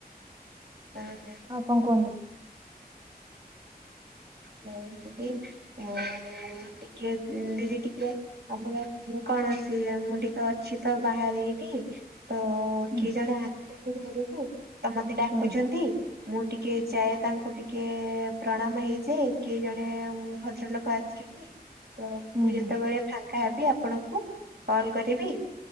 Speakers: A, on the right; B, on the right.
A: ହୁଁ ହୁଁ।
B: ହଁ କଣ କୁହନ୍ତୁ।
A: ହ ଯଦି ଉଁ। ଟିକେ ଦିଦି ଟିକେ ଆମର ମୁଁ କଣ ଆସି ମୁଁ ଟିକେ ଅ। ଅଛି ତ ବାହାରେ ଏଇଠି ତ
B: ହୁଁ
A: କିଏ ଜଣେ ଆସିଛନ୍ତି ଘରକୁ। ତ ମତେ ଡାକୁଛନ୍ତି
B: ହୁଁ
A: ମୁଁ ଟିକେ ଯାଏ ତାଙ୍କୁ ଟିକେ ପ୍ରଣାମ ହେଇ। ଯେ କିଏ ଜଣେ ଭଦ୍ରଲୋକ ଆସିଛନ୍ତି ତ
B: ହୁଁ
A: ମୁଁ ଯେତେବେଳେ।
B: ହୁଁ
A: ଫାଙ୍କା ହେବି ଆପଣଙ୍କୁ କଲ୍ କରିବି।